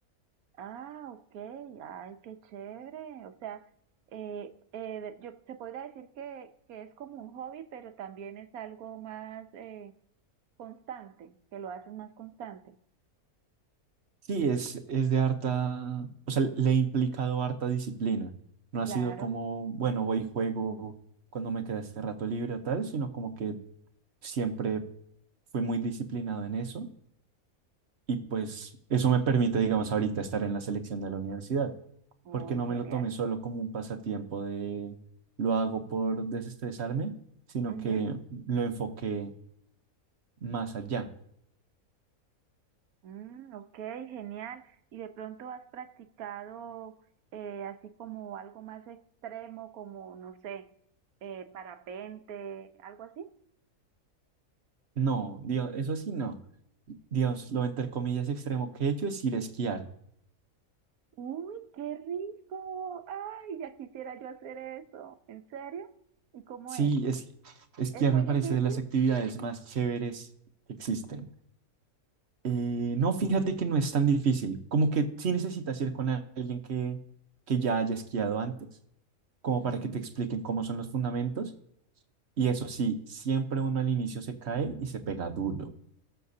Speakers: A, on the right; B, on the right.
A: Ah, ok, ay, qué chévere. O sea, eh, eh, yo te podría decir que, que es como un hobby, pero también es algo más eh, constante, que lo haces más constante.
B: Sí, es, es de harta, o sea, le he implicado harta disciplina. No ha
A: Claro,
B: sido como, bueno, voy y juego cuando me queda este rato libre o tal, sino como que siempre fui muy disciplinado en eso Y pues eso me permite, digamos, ahorita estar en la selección de la universidad,
A: uy,
B: porque no
A: genial.
B: me lo tomé solo como un pasatiempo de lo hago por desestresarme, sino
A: Ujú.
B: que lo enfoqué más allá.
A: Mm, ok, genial. ¿Y de pronto has practicado eh, así como algo más extremo, como, no sé, eh, parapente, algo así?
B: No, Dios, eso sí no. Dios, lo entre comillas extremo que he hecho es ir a esquiar.
A: Uy, qué rico. Ay, ya quisiera yo hacer eso. ¿En serio? ¿Y cómo
B: Sí,
A: es?
B: es, esquiar
A: ¿Es muy
B: me
A: difícil?
B: parece de las actividades más chéveres que existen. Eh, no, fíjate que no es tan difícil. Como que sí necesitas ir con a- alguien que, que ya haya esquiado antes, como
A: Mm,
B: para que te expliquen cómo son los fundamentos. Y eso sí, siempre uno al inicio se cae y se pega duro,